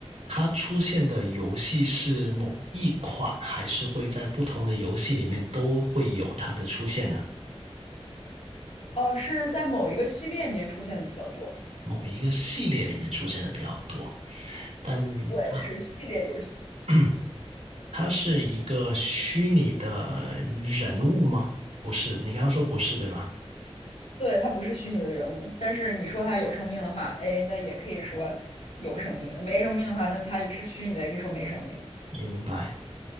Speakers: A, on the right; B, on the left.
A: 它出现的游戏是某一款，还是会在不同的游戏里面都会有它的出现呢？
B: 哦，是在某一个系列里面出现的比较多。
A: 某一个系列里面出现的比较多，但它
B: 对，是系列游戏。
A: <clears throat> 它是一个虚拟的人物吗？不是，你刚刚说不是，对吧？
B: 对，它不是虚拟的人物，但是你说它有生命的话，哎，那也可以说有生命；没生命的话，那它是虚拟的，也可以说没生命。
A: 明白。